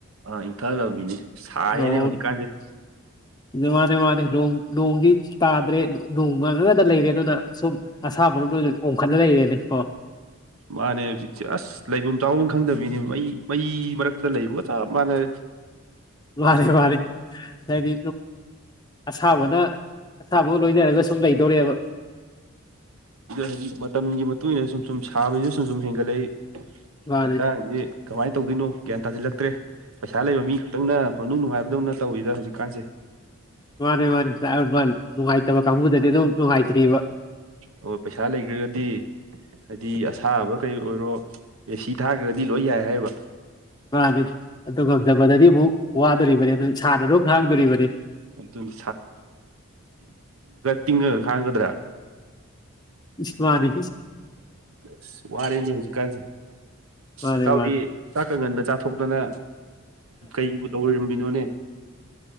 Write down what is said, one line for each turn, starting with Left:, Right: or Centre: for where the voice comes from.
Right: ꯑꯥ ꯏꯟꯊꯠꯜꯂꯃꯤꯅꯦ ꯁꯥꯏꯌꯦꯦꯅꯦ
Left: ꯑꯣ
Right: ꯍꯧꯖꯤꯛꯀꯥꯟꯁꯦ
Left: ꯃꯥꯅꯦ ꯃꯥꯅꯦ ꯅꯣꯡꯒꯤ ꯇꯥꯗ꯭ꯔꯦ ꯅꯣꯡꯃꯥꯡꯉꯒꯗ ꯂꯩꯔꯦ ꯑꯗꯨꯅ ꯁꯨꯝ ꯥꯕ꯭ꯔꯣ ꯑꯣꯡꯈꯠꯅ ꯂꯩꯔꯦꯅꯦ ꯀꯣ
Right: ꯎ <unintelligible> <inaudible> ꯃꯥꯅꯦ ꯍꯧꯖꯤꯛꯇꯁꯤ ꯑꯁ ꯂꯩꯐꯝ ꯆꯥꯐꯝ ꯈꯪꯗꯕꯤꯅꯤ ꯃꯩ ꯃꯩ ꯃꯔꯛꯇ ꯂꯩꯕꯒ ꯆꯞ ꯃꯥꯟꯅ <unintelligible> <inaudible>
Left: ꯋꯥꯅꯤ ꯋꯥꯅꯤ ꯍꯥꯏꯗꯤ ꯑꯁꯥꯕꯅ ꯑꯁꯥꯐ ꯂꯣꯏꯅꯔꯒ ꯁꯨꯝ ꯂꯩꯗꯧꯔꯦꯕ
Right: ꯍꯥꯏꯗꯤ ꯃꯇꯝꯒꯤ ꯃꯇꯨꯡ ꯏ ꯃꯇꯨꯡꯏꯟꯅ ꯁꯨꯝ ꯁꯨꯝ ꯁꯥꯕꯁꯤ ꯁꯨꯝ ꯁꯨꯝ ꯍꯦꯟꯒꯠꯂꯛꯏ
Left: ꯃꯥꯅꯦ
Right: ꯍꯛꯆꯥꯡꯁꯤ ꯀꯃꯥꯏꯅ ꯇꯧꯗꯣꯏꯅꯣ ꯒ꯭ꯌꯥꯟ ꯇꯥꯁꯤꯜꯂꯛꯇ꯭ꯔꯦ ꯄꯩꯁꯥ ꯂꯩꯕ ꯃꯤ ꯈꯛꯇꯪꯅ ꯐꯪꯗꯧ ꯅꯨꯡꯉꯥꯏꯕꯗꯧꯅ ꯇꯧꯋꯤꯗ ꯍꯧꯖꯤꯛꯀꯥꯟꯁꯦ
Left: ꯋꯥꯦ ꯋꯥꯅꯤꯕꯟ ꯅꯨꯡꯉꯥꯏꯇꯕ ꯀꯥꯡꯕꯨꯗꯗꯤ ꯑꯗꯨꯝ ꯅꯨꯡꯉꯥꯏꯇ꯭ꯔꯤꯕ
Right: ꯑꯣꯣꯏ ꯄꯩꯁꯥ ꯂꯩꯈ꯭ꯔꯒꯗꯤ ꯍꯥꯏꯗꯤ ꯑꯁꯥꯕ ꯀꯩ ꯑꯣꯏꯔꯣ ꯑꯦꯁꯤ ꯊꯥꯈ꯭ꯔꯗꯤ ꯂꯣꯏ ꯌꯥꯏ ꯍꯥꯏꯕ
Left: ꯃꯥꯅꯦ ꯑꯗꯨꯒ ꯉꯪꯗꯕꯗꯗꯤ ꯑꯃꯨꯛ ꯋꯥꯗꯣꯔꯤꯕꯅꯤ ꯑꯗꯨ ꯏꯁꯥꯟꯅ ꯑꯗꯨꯨ ꯍꯥꯡꯗꯣꯔꯤꯕꯅꯤ
Right: ꯑꯗꯨꯅ ꯇꯤꯉ ꯈꯒꯗ꯭ꯔꯥ
Left: ꯏꯁ ꯏꯁꯋꯥꯔꯤ
Right: ꯑꯁ ꯋꯥꯔꯦꯅꯦ ꯍꯧꯖꯤꯛꯀꯥꯟꯁꯦ
Left: ꯃꯥꯅꯦ
Right: ꯏꯀꯥꯎꯗꯤ
Left: ꯃꯥꯅꯦ
Right: ꯆꯥꯛꯀ ꯉꯟꯅ ꯆꯥꯛ ꯊꯣꯛꯣꯛꯇꯅ ꯀ ꯀꯨ ꯇ ꯑꯣꯏꯔꯝꯃꯤꯅꯣꯅꯦ